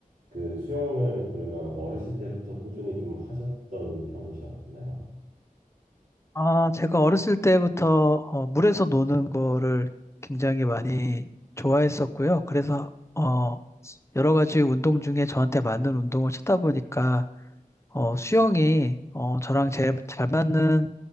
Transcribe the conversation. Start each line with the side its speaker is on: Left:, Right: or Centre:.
Right: 그 수영을 그러면 어렸을 때부터 꾸준히 좀 하셨던 편이셨나요?
Left: 아, 제가 어렸을 때부터 어, 물에서 노는 거를 굉장히 많이 좋아했었고요. 그래서, 어, 여러 가지 운동 중에 저한테 맞는 운동을 찾다 보니까 어, 수영이 어, 저랑 제일 잘 맞는